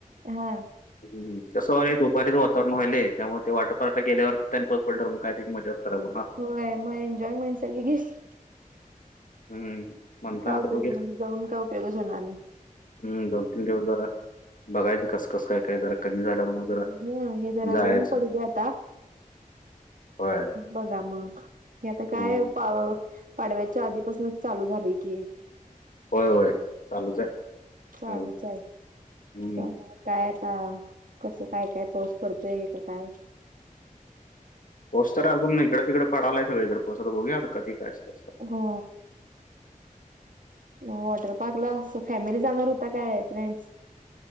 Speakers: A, on the right; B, on the left.
A: हा
B: हम कस व्हायल दुपारीच वातावरण व्हालेय त्यामुळे ते वॉटर पार्कला गेल्यावरती तिथ आणि परत पण मग काय तिथ मजाच खराब होणार.
A: होय मग एन्जॉय मेंट सगळी गेली
B: हम्म म्हणताना
A: काय
B: आता
A: उपयोग
B: बघूया
A: मग जाऊन काय उपयोगच होणार नाही.
B: हम्म दोन तीन दिवस जरा बघायच कस कस काय काय जरा कमी झाल्यावर मग जरा
A: हम हे जरा
B: जायचं
A: ऊन पडू दे आता
B: होय
A: बघा मग हे आता काय
B: हम्म
A: पा पाडव्याच्या आधीपासूनच चालू झालय की हे
B: होय होय चालूच आहे.
A: चालूच
B: हो
A: आहे
B: हम्म.
A: त्यामुळे काय आता कसं काय काय पाऊस पडतोय का काय
B: पाऊस तर अजून इकडे तिकडे पडालाय सगळीकड पाऊस आता बघुया कधी काय असत.
A: हो मग वॉटर पार्क ला अस फॅमिली जाणार होता काय फ्रेंड्स